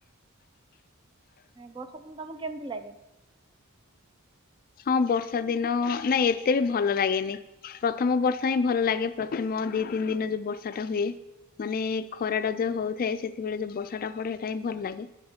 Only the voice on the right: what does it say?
ବର୍ଷାଦିନ ତମକୁ କେମିତି ଲାଗେ?